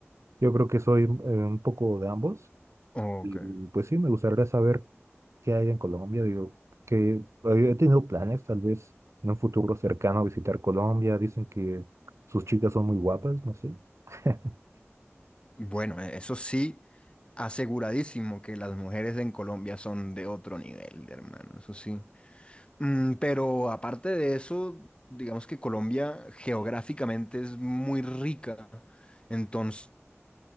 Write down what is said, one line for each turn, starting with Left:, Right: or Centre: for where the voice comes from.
Right: Yo creo que soy eh, un poco de ambos.
Left: Ok.
Right: Y pues sí, me gustaría saber qué hay en Colombia. Digo, que eh, he tenido planes, tal vez en un futuro cercano, visitar Colombia. Dicen que sus chicas son muy guapas, no sé. <laughs>
Left: Bueno, e, eso sí, aseguradísimo que las mujeres en Colombia son de otro nivel, hermano, eso sí. Mm, pero aparte de eso, digamos que Colombia geográficamente es muy rica, entonces